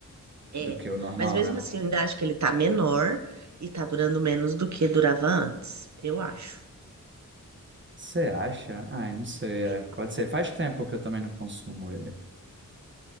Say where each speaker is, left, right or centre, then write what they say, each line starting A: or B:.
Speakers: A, on the right; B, on the right.
A: É,
B: do que o normal,
A: mas mesmo
B: né?
A: assim, eu ainda acho que ele tá menor e tá durando menos do que durava antes, eu acho.
B: Você acha? Ai, não sei,
A: Eu
B: é, pode ser. Faz tempo que eu também não consumo ele.